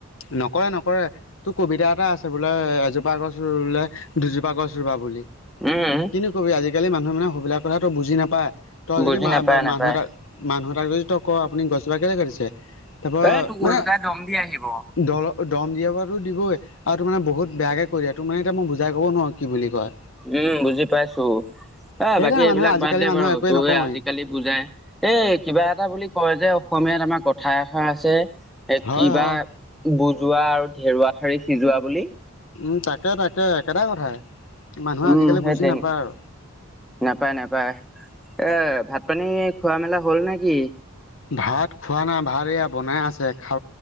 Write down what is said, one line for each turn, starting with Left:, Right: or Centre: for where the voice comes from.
Left: নকৰে নকৰে। তোৰ কবিতা এটা আছে বোলে এজোপা গছ ৰুলে দুজোপা গছ ৰুবা বুলি।
Centre: উম।
Left: কিনো কবি আজিকালি মানুহ মানে সেইবিলাক কথা তোৰ বুজি নাপায় তই
Centre: বুজি
Left: যদি মা
Centre: নাপায় নাপায়
Left: মানুহ এটা মানুহ এতাক যদি তই ক'ও আপুনি গছজোপা কেলে কাটিছে? তাৰপৰা
Centre: এ তোক
Left: মানে
Centre: ওলোটাই দম দি আহিব
Left: দল দম দিয়াৰো দিবই, আৰু তোৰ মানে বহুত বেয়াকে কৈ দিয়ে, তোৰ মানে এতিয়া মই বুজাই কব নোৱাৰো কি বুলি কয়।
Centre: উম, বুজি পাইছোঁ। এ
Left: সেইকাৰণে
Centre: বাকী এইবিলাক
Left: মানুহে আজিকালি
Centre: বাদ দে
Left: মানুহে
Centre: বাৰু
Left: একোৱে
Centre: তই
Left: নকওঁৱেই
Centre: আজিকালি বুজাই এই কিবা এটা বুলি কয় যে, অসমীয়াত আমাৰ কথা এষাৰ আছে। এ
Left: হয়
Centre: কিবা
Left: হয়
Centre: বুজোৱা আৰু ধেৰুৱা ঠাৰি সিজোৱা বুলি।
Left: উম, তাকে-তাকে একেটা কথাই। মানুহে
Centre: উম,
Left: আজিকালি বুজি
Centre: সে
Left: নাপায় আৰু
Centre: নাপায়-নাপায় এ ভাত পানী খোৱা মেলা হ'ল নেকি?
Left: ভাত খোৱা নাই, ভাত এয়া বনাই আছে খা